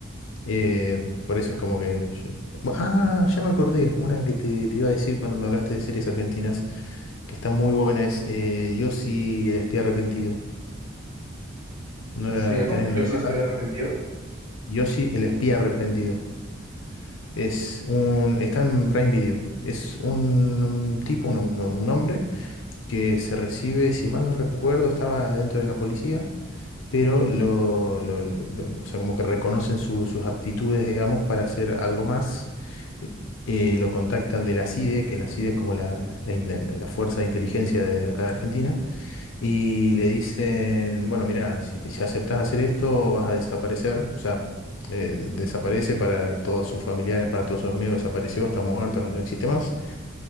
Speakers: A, on the left (about 70°); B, on the right (about 15°).
A: Eh, por eso es como que... yo- Bu- Ah, ya me acordé. Una que te, te iba a decir cuando me hablaste de series argentinas, que está muy buena, es eh, Yossi el espía arrepentido. ¿No
B: ¿Así
A: la
B: se llama?
A: tenés
B: Yo
A: en el
B: sí
A: radar?
B: estoy arrepentido.
A: Yossi el espía arrepentido. Es un, está en Prime Video. Es un, un tipo, un, un- un hombre, que se recibe, si mal no recuerdo, estaba dentro de la policía, pero lo, lo- lo- lo- o sea, como que reconocen su- sus aptitudes, digamos, para hacer algo más eh, lo contactan de la CIDE, que la CIDE es como la, la- la in- la- la fuerza de inteligencia de acá de Argentina, y le dicen, bueno, mira, si te, ya aceptás hacer esto, vas a desaparecer, o sea, eh, desaparece para todos sus familiares, para todos sus amigos, desapareció, está muerto, no, no existe más,